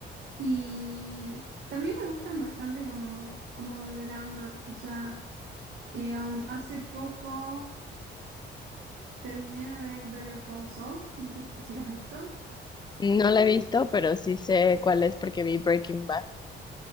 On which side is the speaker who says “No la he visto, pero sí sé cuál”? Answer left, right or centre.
Left